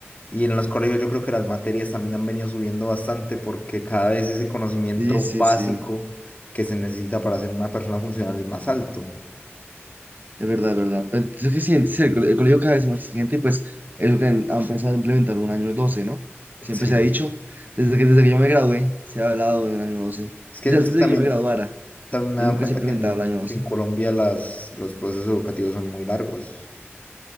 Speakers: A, on the left; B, on the right.
A: Y en los colegios yo creo que las materias también han venido subiendo bastante porque cada vez ese conocimiento
B: Sí, sí,
A: básico
B: sí,
A: que se necesita para ser una persona funcional es más alto.
B: es verdad, es verdad. Pero es que sí, sí, el, cole- el colegio cada vez es más exigente y pues es lo que han, han pensado implementar un año 12, ¿no? Siempre
A: Sí.
B: se ha dicho, desde que, desde que yo me gradué, se ha hablado de un año 12.
A: Es que,
B: Desde
A: es
B: antes
A: que
B: de
A: también,
B: que yo me graduara
A: también me
B: y
A: he dado
B: nunca
A: cuenta
B: se implementaba
A: que en,
B: el año 12.
A: que en Colombia las, los procesos educativos son muy largos.